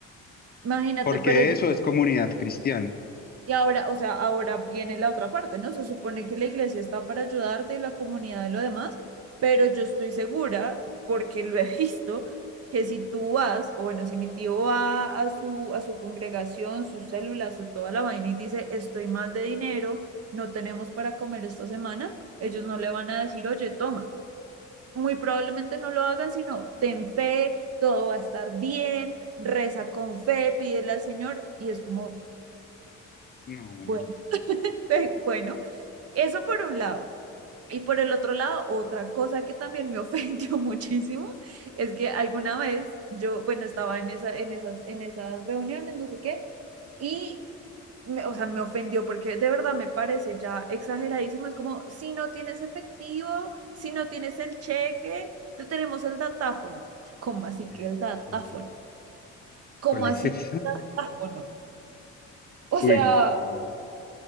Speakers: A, on the right; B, on the left.
A: Imagínate,
B: porque
A: pero yo
B: eso es comunidad cristiana.
A: Y ahora, o sea, ahora viene la otra parte, ¿no? Se supone que la iglesia está para ayudarte y la comunidad y lo demás, pero yo estoy segura, porque lo he <laughs> visto, que si tú vas, o bueno, si mi tío va a su, a su congregación, sus células, su toda la vaina y dice, estoy mal de dinero, no tenemos para comer esta semana, ellos no le van a decir, oye, toma. Muy probablemente no lo hagan, sino ten fe, todo va a estar bien, reza con fe, pídele al Señor, y es como,
B: No,
A: bueno, <laughs> bueno, eso por un lado. Y por el otro lado, otra cosa que también me ofendió <laughs> muchísimo es que alguna vez yo, bueno, estaba en, esa, en, esas, en esas reuniones, no sé qué, y, me, o sea, me ofendió porque de verdad me parece ya exageradísimo. Es como, si no tienes efectivo, si no tienes el cheque, te tenemos el datáfono. Yo, ¿Cómo así
B: y
A: que
B: ahí,
A: el datáfono?
B: ¿cuál es,
A: ¿Cómo
B: cuál es
A: así
B: eso?
A: que el datáfono? O sea,
B: <laughs> Uy, no,